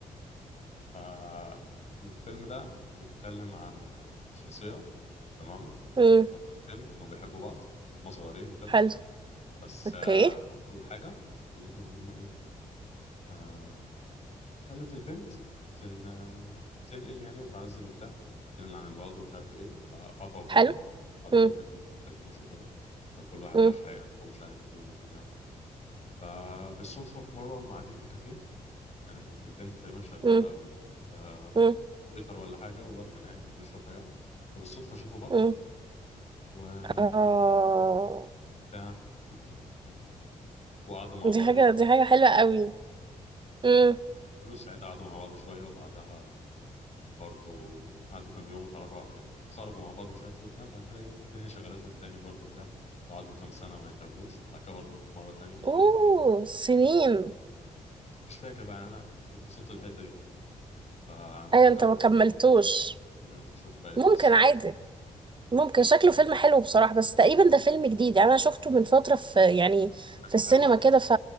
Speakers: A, on the left; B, on the right.
A: آه الفيلم ده بيتكلم عن آه، شخصية تمام
B: امم
A: شخصيتين كانوا بيحبوا بعض وهم صغيرين وكده
B: حلو
A: بس
B: اوكي
A: آه حصل حاجة وخلتهم إن هم إيه آه، خلت البنت تن... تنقل يعني وتعزل وبتاع تنقل عن الولد ومش عارف ايه فقطعوا فترة
B: حلو
A: قعدوا
B: مم.
A: فترة كبيرة ما اتكلموش وكده كان كل واحد
B: مم.
A: راح حياته ومش عارف ايه وبتاع فبالصدفة في مرة هم قاعدين في كافيه كانت البنت تقريبا شغالة
B: مم.
A: و... آه...
B: مم.
A: ويتر ولا حاجة والواد كان قاعد بيشرب حاجة فبالصدفة شافوا بعض
B: مم.
A: و
B: اه
A: بتاع <laughs> وقعدوا مع
B: دي
A: بعض
B: حاجة
A: شوية
B: دي حاجة حلوة قوي مم.
A: بس ساعتها قعدوا مع بعض شوية وبعدها برضو قعدوا كام يوم وتعرفوا يعني خرجوا مع بعض ومش عارف ايه وبتاع بعد كده ايه الدنيا شغلتهم تاني برضو بتاع وقعدوا كام سنة ما يتقابلوش بعد كده برضو مرة تانية
B: اوه سنين
A: مش فاكر بقى يعني أنا كنت وصلت الحتة دي فمفكر
B: ايوه انت
A: أكمله
B: ما كملتوش
A: بقى مم. شوف باقي القصة
B: ممكن عادي ممكن شكله فيلم حلو بصراحة بس تقريبا ده فيلم جديد يعني انا شفته من فترة في يعني
A: فكرة
B: في السينما
A: حلوة أه
B: كده ف